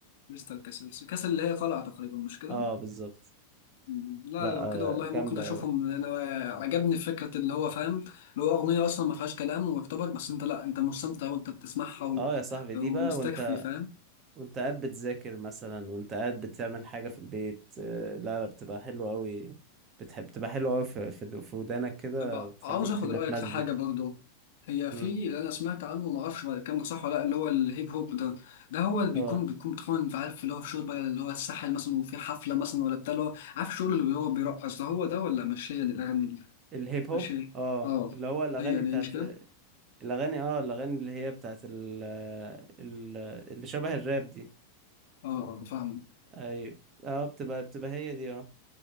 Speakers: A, on the left; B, on the right.
A: كريستال كاسل كاسل اللي هي قلعه تقريبا مش كده
B: اه بالظبط
A: مم. لا
B: لا
A: لو
B: آه،
A: كده والله
B: جامدة
A: ممكن اشوفهم
B: أوي
A: انا عجبني فكره اللي هو فاهم اللي هو اغنيه اصلا ما فيهاش كلام ويعتبر بس انت لا انت مستمتع وانت بتسمعها و-
B: اه يا صاحبي دي
A: ومستكفي
B: بقى وانت
A: فاهم
B: وانت قاعد بتذاكر مثلا وانت قاعد بتعمل حاجة في البيت آه، لا لا بتبقى حلوة أوي بتحب بتبقى حلوة أوي في في في ودانك كده
A: طب
B: بتخليك
A: عاوز اخد
B: متمزج
A: رايك في حاجه برضو هي
B: مم.
A: في اللي انا سمعت عنه ما اعرفش بقى الكلام ده صح ولا لا اللي هو الهيب هوب ده ده هو اللي بيكون
B: اه
A: بيكون بتكون انت عارف اللي هو في شغل بقى اللي هو الساحل مثلا وفي حفله مثلا ولا بتاع اللي هو عارف الشغل اللي هو بيرقص ده هو ده ولا مش هي دي الاغاني دي
B: الهيب هوب
A: مش هي
B: اه
A: اه
B: اللي هو الأغاني
A: هي
B: بتاعت
A: دي مش كده
B: الأغاني اه الأغاني اللي هي بتاعت ال... ال... اللي شبه الراب دي
A: اه آه، فاهم
B: أيوة اه بتبقى بتبقى هي دي اه